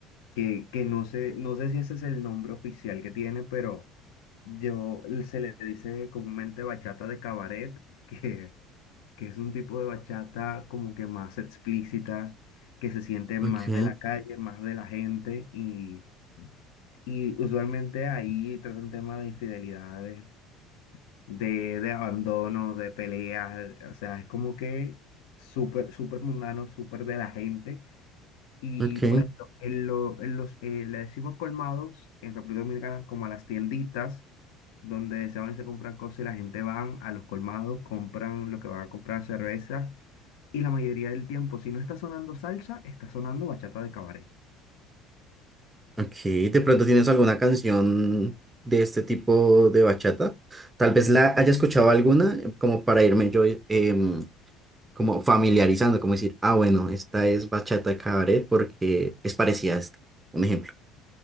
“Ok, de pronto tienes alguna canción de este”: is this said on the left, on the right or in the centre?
Right